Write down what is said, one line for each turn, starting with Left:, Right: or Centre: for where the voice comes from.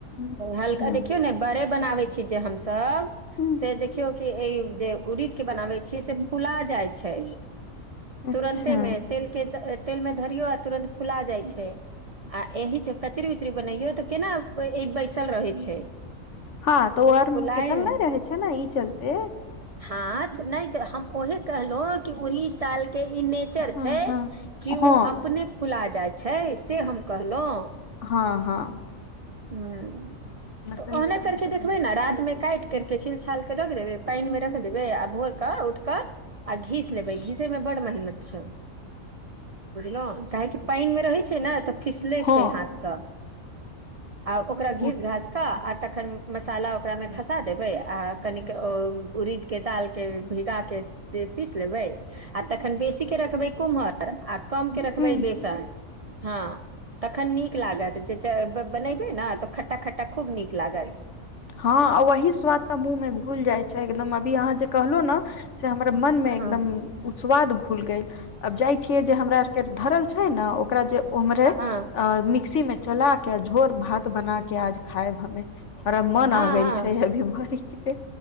Left: अच्छा
Right: हल्का देखियौ ने बड़े बनाबै छी जे हमसब
Left: ह
Right: से देखियौ कि एहि जे उरीद के बनाबै छियै से फुला जाइ छै
Left: अच्छा
Right: तुरन्तेमे तेलके तेलमे धरियौ आ तुरन्त फुला जाइ छै आ एहि जे कचरी उचरी बनाैयो तऽ केना ई बैसल रहै छै
Left: हँ तऽ ओ आर
Right: फुलाय
Left: मे फेटल न रहै छै न ई चलते
Right: हँ तऽ नय तऽ हम ओहे कहलौं की उरीद दाल के ई नय
Left: हँ
Right: छै
Left: हँ
Right: कि
Left: हँ
Right: उ अपने फुला जाइ छै से हम कहलौं
Left: हँ हँ
Right: हुँ तऽ
Left: कही
Right: ओहनै
Left: कह
Right: करके
Left: सकी
Right: देखबै न रात मे काटि करके छील छालके रख देबै पाइन मे रख देबै आ भोरका उठक आ घीस लेबै घीसे मे बड्ड मेहनत छै उ बुझलौं काहेकि पानि मे रहै छै ने तऽ फिसले
Left: हँ
Right: छै हाथसँ आ ओकरा
Left: उ
Right: घीस घासक आ तखन मसाला ओकरामे खसा देबै आ कनिक उरीदके दाल के भीगा के बे पीस लेबै आ तखन बेसी के रखबै कुम्हर आ कम के रखबै
Left: ह
Right: बेसन हँ तखन नीक लागत जे ज ब बनैबै न तऽ खट्टा खट्टा खूब नीक लागत
Left: हँ आ वही स्वाद तऽ मुँह मे घूल जाइ छै एकदम अभी अहाँ जे कहलो न से हमरा मन मे
Right: हँ
Left: एकदम उस्वाद घूल गेल अब जाइ छियै जे हमरा आर के धरल छै ने ओकरा जे उम्हरे
Right: हँ हँ
Left: अ मिक्सी मे चला के आ झोर भात बना के आज खायब हमे हमरा मन
Right: हँ
Left: आ गेल
Right: हँ
Left: छै अभी भरे के फेर